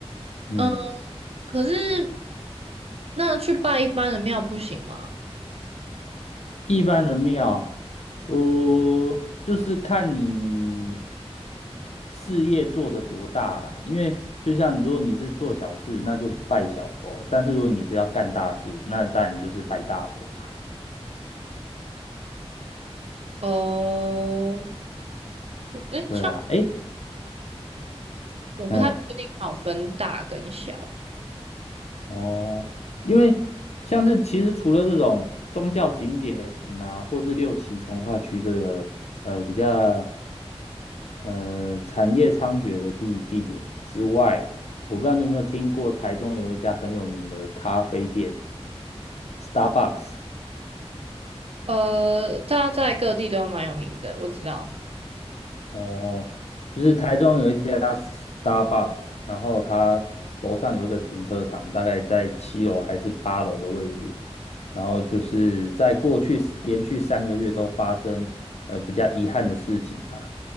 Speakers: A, on the left; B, on the right.
A: 嗯。
B: 嗯，可是那去拜一般的庙不行吗？
A: 一般的庙，呃，就是看你事业做得多大啦。因为就像如果你是做小事，那就拜小佛；但是如果你是要干大事，那当然就是拜大佛嘛。
B: 哦，哎，
A: 对啊，
B: 像
A: 诶，
B: 我不太确定它有分大跟小。
A: 嗯，哦，因为像是其实除了这种宗教景点呐、或是六旗从化区这个呃比较。呃，产业猖獗的地地点之外，我不知道你有没有听过台中有一家很有名的咖啡店 Starbucks。
B: 呃，它在各地都蛮有名的，我知道。
A: 哦，就是台中有一家 Starbucks，然后它楼上有一个停车场，大概在七楼还是八楼的位置。然后就是在过去连续三个月都发生呃比较遗憾的事情啊，